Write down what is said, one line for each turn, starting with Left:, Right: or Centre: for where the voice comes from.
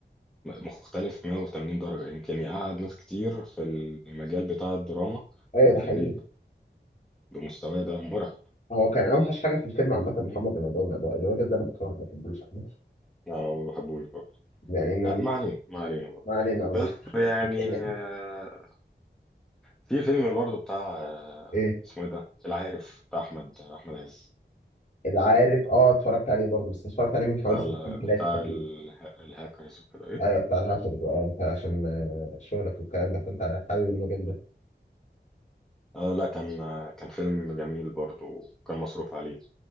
Centre: مختلف 180 درجه يمكن يقعد ناس كتير في المجال بتاع الدراما
Left: ايوه ده حقيقي
Centre: في البيت بمستواه ده مرعب
Left: هو كان اوحش حاجه في الفيلم عامه محمد رمضان أبو- الراجل ده انا بكرهه ما بحبوش عامة.
Centre: يعني انا ما بحبوش برضه
Left: يعني ما
Centre: آه، ما علينا ما علينا برضه
Left: ما علينا آه،
Centre: بس
Left: مش <laughs>
Centre: يعني آه، في فيلم برضه بتاع آه،
Left: ايه
Centre: اسمه ايه ده العارف بتاع احمد احمد عز
Left: العارف اه اتفرجت عليه برضه بس اتفرجت عليه من حوالي
Centre: بتاع
Left: سنتين
Centre: ال- بتاع
Left: ثلاثه تقريبا
Centre: اله- الهاكرز وكده ايه
Left: ايوه بتاع الهاتف اه انت عشان آه، شغلك والكلام ده فانت حابب المجال ده
Centre: آه لا كان آه، كان فيلم جميل برضه وكان مصروف عليه